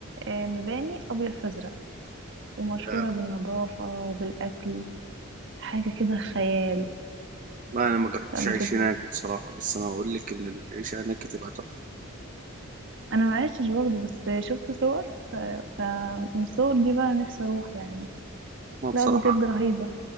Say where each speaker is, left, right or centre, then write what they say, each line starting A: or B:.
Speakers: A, on the right; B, on the right.
A: آه مباني ابيض فازرق ومشهوره
B: لا
A: بالنظافه وبالاكل حاجه كده خيال
B: لا، انا ما جربتش
A: لا بجد
B: اعيش هناك بصراحه بس انا هقول لك ان العيشه هناك تبقى تحفه
A: انا ما عشتش برضه بس شفت صور ف... فمن الصور دي بقى نفسي اروح يعني
B: أنا بصراحه
A: لا بجد رهيبه